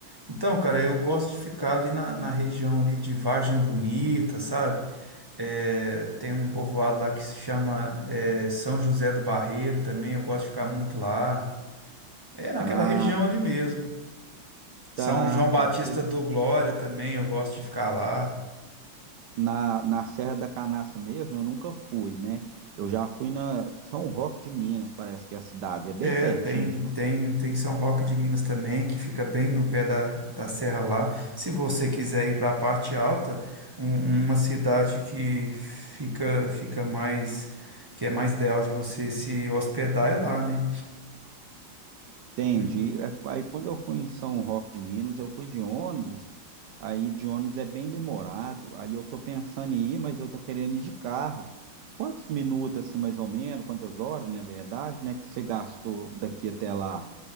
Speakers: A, on the right; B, on the right.
A: Então, cara, eu gosto de ficar ali na, na região ali de Vargem Bonita, sabe? É, tem um povoado lá que se chama é, São José do Barreiro também. Eu gosto de ficar muito lá. É naquela
B: Ah,
A: região ali mesmo. São
B: tá,
A: João Batista
B: tá. Porque
A: do Glória também, eu gosto de ficar lá.
B: na, na Serra da Canastra mesmo eu nunca fui, né? Eu já fui na São Roque de Minas, parece que é a cidade. É bem
A: É,
B: pertinho
A: tem,
B: de lá.
A: tem, tem São Roque de Minas também, que fica bem no pé da, da serra lá. Se você quiser ir para a parte alta, um- uma cidade que fica, fica mais, que é mais ideal de você se hospedar é lá, né?
B: Entendi.
A: Hum.
B: É, Aí quando eu fui em São Roque de Minas, eu fui de ônibus. Aí de ônibus é bem demorado. Aí eu tô pensando em ir, mas eu tô querendo ir de carro. Quantos minutos, assim, mais ou menos, quantas horas, na verdade, né, que você gastou daqui até lá?